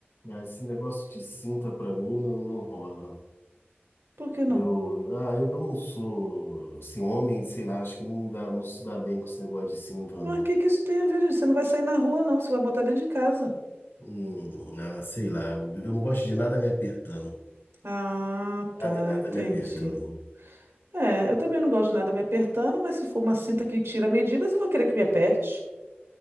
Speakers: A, on the left; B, on the right.
A: Ah, Esse negócio de cinta pra mim não, não rola.
B: Por que não?
A: Eu, ah, eu não sou assim, homem, sei lá, acho que não dá, não se dá bem com esse negócio de cinta,
B: Mas
A: não.
B: o que que isso tem a ver, gente? Você não vai sair na rua, não, você vai botar dentro de casa.
A: Hum, ah, sei lá, eu, eu não gosto de nada me apertando.
B: Ah, tá,
A: Nada, nada
B: entendi.
A: me apertando.
B: É, eu também não gosto de nada me apertando, mas se for uma cinta que tira medidas, eu vou querer que me aperte.